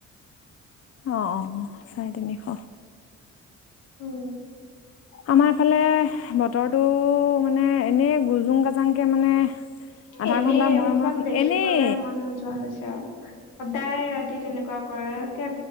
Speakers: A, on the left; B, on the left.
A: অ, অ, অ, চাৰে তিনিশ।
B: উম,
A: আমাৰ ইফালে বতৰটো মানে এনেই গুজুং গাজাংকে মানে আধা
B: এনেই
A: ঘন্টা
B: এইবখন
A: মূৰে মূৰে
B: দেখিবলে
A: এনেই
B: মন নোযোৱা হৈছে আৰু সদায় ৰাতি তেনেকুৱা কৰে